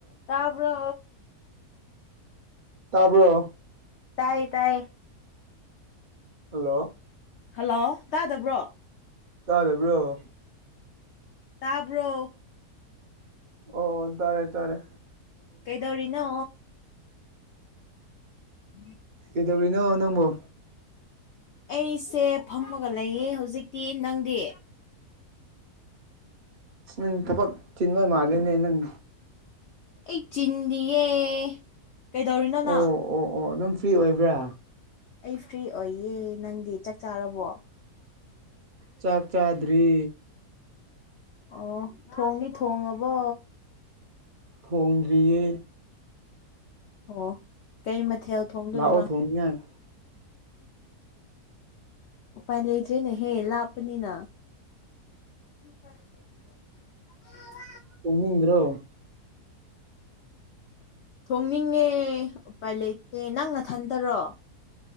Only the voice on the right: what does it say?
ꯇꯔꯕꯣ
ꯍꯜꯂꯣ
ꯇꯥꯖꯕ꯭ꯔꯣ
ꯑꯣ ꯇꯥꯔꯦ ꯇꯥꯔꯦ
ꯀꯩꯗꯧꯔꯤꯅꯣ ꯅꯪꯕꯣ
ꯑ ꯅꯪ ꯊꯕꯛ ꯆꯤꯟꯕ ꯃꯥꯂꯦꯅꯦ ꯅꯪ
ꯑꯣ
ꯑꯣ ꯑꯣ ꯑꯗꯨꯝ ꯐ꯭ꯔꯤ ꯑꯣꯏꯕ꯭ꯔꯥ
ꯆꯥꯛ ꯆꯥꯗ꯭ꯔꯤ
ꯊꯣꯡꯗ꯭ꯔꯤꯌꯦ
ꯂꯥꯛꯑꯣ ꯊꯣꯡꯅꯤꯡꯉꯥꯏ
ꯇꯨꯝꯅꯤꯡꯗ꯭ꯔꯣ